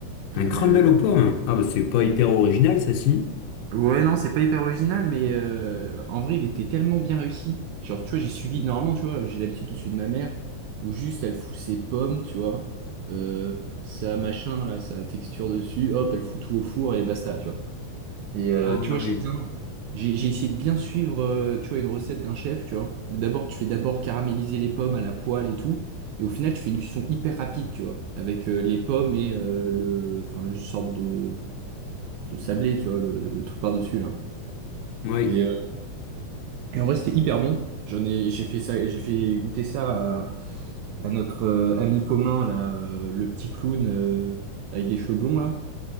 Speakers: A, on the right; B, on the left.
A: Euh,
B: Un crumble aux pommes? Ah bah c'est pas hyper original ça si.
A: Ouais, non, c'est pas hyper original, mais euh, en vrai, il était tellement bien réussi. Genre, tu vois, j'ai suivi. Normalement, tu vois, j'ai l'habitude de suivre ma mère, où juste elle fout ses pommes, tu vois, euh, sa machin, là, sa texture dessus, hop, elle fout tout au four et basta, tu vois. Et euh,
B: Ah
A: tu vois, j'ai
B: oui.
A: bien, j'ai j'ai essayé de bien suivre, euh, tu vois, une recette d'un chef, tu vois. D'abord, tu fais d'abord caraméliser les pommes à la poêle et tout, et au final, tu fais une cuisson hyper rapide, tu vois, avec euh, les pommes et euh, le, enfin, le sorte de, de sablé, tu vois, le, le truc par-dessus là.
B: Oui,
A: Et, euh, et en vrai, c'était hyper bon. J'en ai, j'ai fait ça, j'ai fait goûter ça à, à notre euh, ami commun là, euh, le petit clown euh, avec des cheveux blonds là.